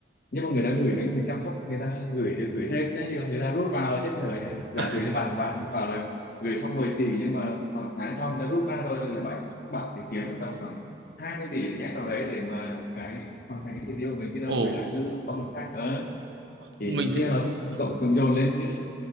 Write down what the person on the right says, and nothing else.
<laughs>
ồ
mình
thì
ờ,